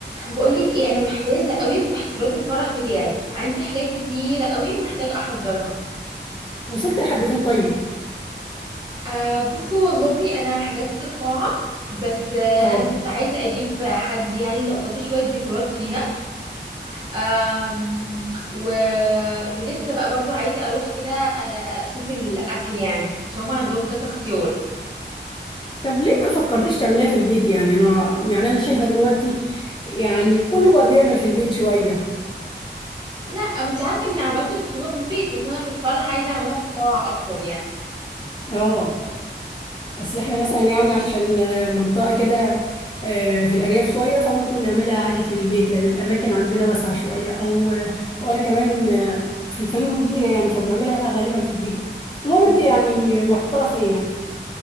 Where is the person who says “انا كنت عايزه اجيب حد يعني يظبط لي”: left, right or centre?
Right